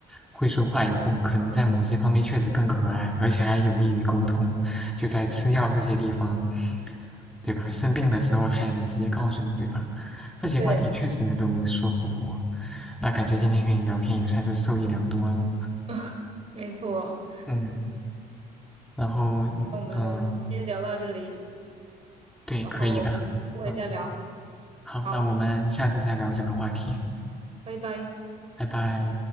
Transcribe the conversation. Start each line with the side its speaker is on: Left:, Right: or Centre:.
Centre: 会说话以后，可能在某些方面确实更可爱，而且还有利于沟通，就在吃药这些地方，对吧？生病的时候它也能直接告诉你，对吧？这些观点确实都说服了我，
Right: 对，
Centre: 那感觉今天跟你聊天也算是受益良多了。
Right: <laughs> 没错。
Centre: 嗯，然后嗯，
Right: 那我们先聊到这里，
Centre: 对，
Right: 然后有机会再聊。
Centre: 可以的。嗯。好，
Right: 好，
Centre: 那我们下次再聊这个话题，
Right: 拜拜。
Centre: 拜拜。